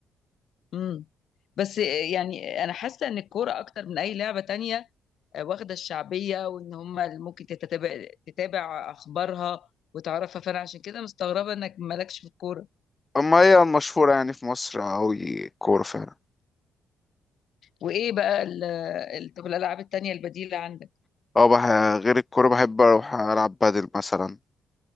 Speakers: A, on the left; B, on the left.
A: امم بس آه، يعني انا حاسه ان الكوره اكتر من اي لعبه تانية آه، واخده الشعبيه وان هم اللي ممكن تتابع تتابع اخبارها وتعرفها فانا عشان كده مستغربه انك مالكش في الكوره
B: أما هي المشهورة يعني في مصر أوي كورة فعلا
A: وايه بقى ال... ال- طب الالعاب التانية البديله عندك
B: اه بح... غير الكورة بحب أروح ألعب بادل مثلا